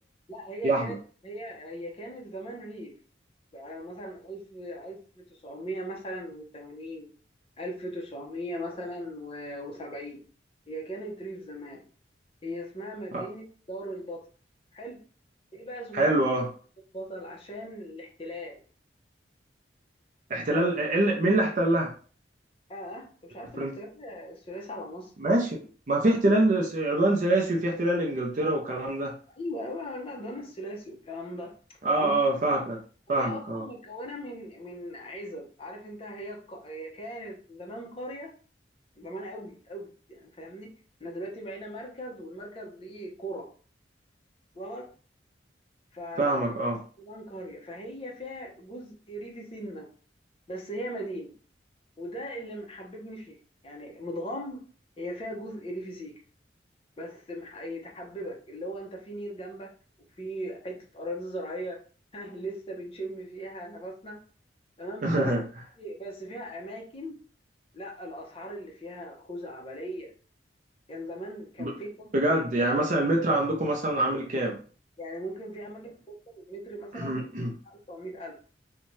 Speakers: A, on the left (about 30°); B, on the right (about 45°).
A: لا هي
B: يا
A: كانت
B: احمد
A: هي هي كانت زمان ريف يعني مثلا 1000 1900 مثلا و80 1900 مثلا و70 هي كانت ريف زمان هي اسمها مدينة
B: آه،
A: دار البطل حلو ايه بقى سميت
B: حلو
A: مدينة
B: اه
A: دار البطل عشان الاحتلال
B: احتلال آه، إيه اللي- مين اللي احتلها
A: اه انت مش عارف
B: الفرنس
A: الاحتلال الثلاثي على مصر
B: ماشي ما في احتلال س- عدوان ثلاثي وفي احتلال انجلترا والكلام ده
A: ايوه ايوه لا ده انا الثلاثي والكلام ده
B: اه
A: الم-
B: اه فاهمك فاهمك
A: هي اصلا
B: اه
A: متكونه من من عزب عارف انت هي الق- هي كانت زمان قريه زمان قوي قوي يعني فاهمني احنا دلوقتي بقينا مركز والمركز ليه قرى وصل لك ف
B: فاهمك اه
A: زمان قريه فهي فيها جزء ريفي سنه بس هي مدينه وده اللي محببني فيه يعني متغمر هي فيها جزء ريفي سيكا بس مح- يتحببك اللي هو انت في نيل جنبك وفي حته اراضي زراعيه <laughs> ها لسه بنشم فيها نفسنا تمام
B: <laughs>
A: بس بس فيها اماكن لا الاسعار اللي فيها خزعبليه كان زمان كان
B: ب-
A: في
B: بجد
A: في
B: يعني مثلا المتر عندكم مثلا عامل كام
A: يعني ممكن في اماكن توصل متر مثلا
B: <clears throat>
A: 1000 او 100000